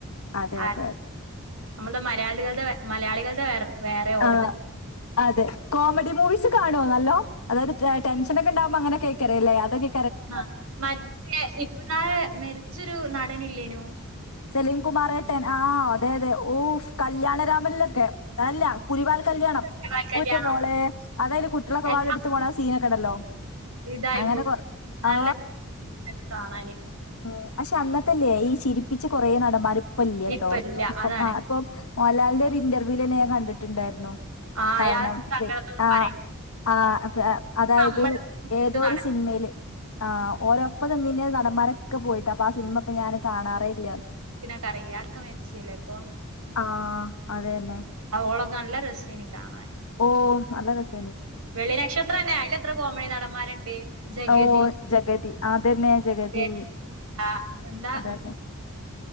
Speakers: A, on the left; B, on the right.
A: അതെ
B: ആ
A: അതെ അതെ
B: നമ്മടെ മലയാളികല്ടെ വെ മലയാളികള്ടെ വേ വേറെ ഓ
A: അ അതെ കോമഡി മൂവീസ് കാണോ വല്ലോ അതത് ടെൻഷൻ ഒക്കെ ഇണ്ടകുമ്പോ അങ്ങനെ കേൾക്കറ അല്ലേ അതൊക്കെ
B: ആ മറ്റേ ഇപ്പൊ ഇന്നാളെ മരിച്ചൊരു നട പണില്ലേനോ?
A: സലിം കുമാർ ഏട്ടൻ ആഹ അതെ അതെ ഓഫ് കല്യാണ രാമനിലൊക്കെ അല്ല പുലിവാൽ കല്യാണം
B: ഗോപാൽ കല്യാണം
A: പൊന്ന് മോളെ അതായത് കുട്ടിയളൊക്കെ
B: എല്ലാം
A: പാടെ ഇ ട്ത്ത് പോണ സീനൊക്കെ ണ്ടല്ലോ
B: ഇതായി
A: അങ്ങനെ
B: പോയി
A: കൊറ
B: നല്ല
A: ആ
B: ഇതൊക്കെ കാണാന്
A: ഉം അഷേ അന്നത്തല്ലേ ഈ ചിരിപ്പിച്ച കൊറേ നടന്മാരി പ്പല്യാട്ടോ.
B: ഇപ്പ ഇല്ല
A: ഇപ്പം
B: അതാണ്
A: ആ ഇപ്പം മോഹൻലാലിന്റെ ഒരു ഇന്റർവ്യൂ ലെന്നെ ഞാൻ കണ്ടിട്ട് ട്ടുണ്ടായിരുന്നോ?
B: ആ
A: കാരണം
B: അയാൾ സങ്കടത്തോട്
A: ആ
B: പറയണ്ട്
A: ഹ് ആഹ് അതായത്
B: നമ്മള്
A: ഏതോരു
B: ഇത് നട
A: സിനിമയില് ആ ഓരോപ്പം നിന്നെ നട മറ <unintelligible> പോയിട്ട് അപ്പൊ ആ സിനിമ ഇപ്പൊ ഞാന് കാണാറേയില്ല
B: ക്കറിയില്ലേ അക്ക മരിച്ചില്ലേ ഇപ്പൊ
A: ആഹ് അത് തന്നെ
B: ഓളൊക്കെ നല്ല രസം ഇനി കാണാൻ
A: ഓ നല്ല രസം
B: വെള്ളിനക്ഷത്രം അല്ലേ അയിന്റെ അത്ര- കോമഡി നടന്മാരുണ്ട് ജഗതി
A: ഓ ജഗതി അത് തന്നെ ജഗതി
B: രേഖ എന്താ
A: അത് ന്നെ